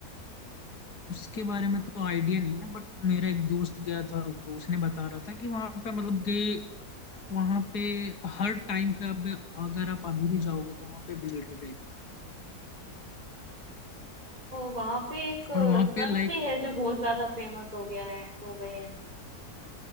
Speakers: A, on the left; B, on the right.
A: उसके बारे में तो आइडिया नहीं है बट मेरा एक दोस्त गया था तो उसने बता रहा था कि वहाँ पे मतलब कि वहाँ पे हर टाइम पे अब अगर आप अभी भी जाओगे तो वहाँ पे भीड़ रहेगी
B: तो वहां पे एक अ,
A: और वहाँ
B: संत
A: पे लाइक
B: भी है जो बहुत ज्यादा फेमस हो गया है हो गए हैं